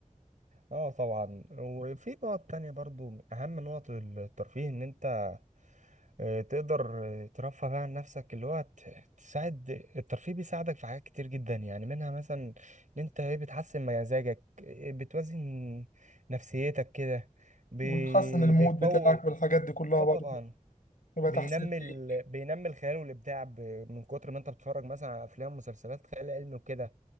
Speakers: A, on the right; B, on the left.
A: اه طبعا وفي نقط تانية برضو من اهم نقط الترفيه ان انت آه، تقدر آه، ترفه بقى عن نفسك اللي هو ت- تساعد الترفيه بيساعدك في حاجات كتير جدا يعني منها مثلا ان انت ايه بتحسن مزاجك إيه بتوازن نفسيتك كده بي...
B: وتحسن المود
A: بيقوي
B: بتاعك والحاجات دي كلها
A: اه
B: برضه
A: طبعا
B: يبقى
A: بينمي
B: تحسين
A: ال...
B: ليك
A: بينمي الخيال والابداع ب... من كتر ما انت بتتفرج مثلا على افلام ومسلسلات خيال علمي وكده